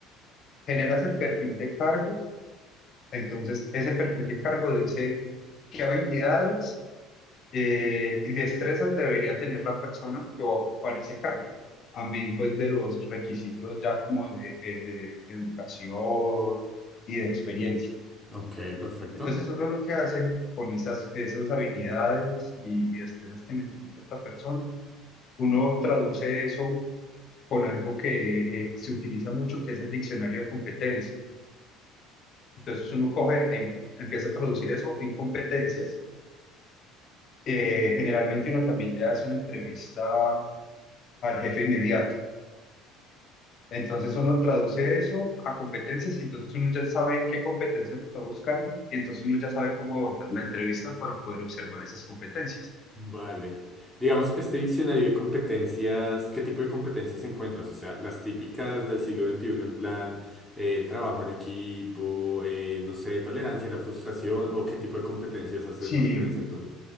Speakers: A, on the left; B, in the centre.
A: generas el perfil de cargo, entonces ese perfil de cargo dice qué habilidades Eh, y destrezas debería tener la persona que va a ocupar ese cargo. Amén, pues de los requisitos ya como de, eh, de educación y de experiencia.
B: Ok, perfecto.
A: Entonces uno lo que hace con esas, esas habilidades y, y destrezas que necesita esta persona, uno traduce eso con algo que eh, se utiliza mucho, que es el diccionario de competencias. Entonces uno coge, em- empieza a traducir eso en competencias. Eh, generalmente uno también le hace una entrevista al jefe inmediato. Entonces uno traduce eso a competencias y entonces uno ya sabe en qué competencias está buscando y entonces uno ya sabe cómo abordar la entrevista para poder observar esas competencias.
B: Vale. Digamos, este diccionario de competencias, ¿qué tipo de competencias encuentras? O sea, las típicas del siglo veintiuno en plan eh, trabajo en equipo, eh, no sé, tolerancia a la frustración o qué tipo de competencias haces
A: Sí,
B: referencia tú.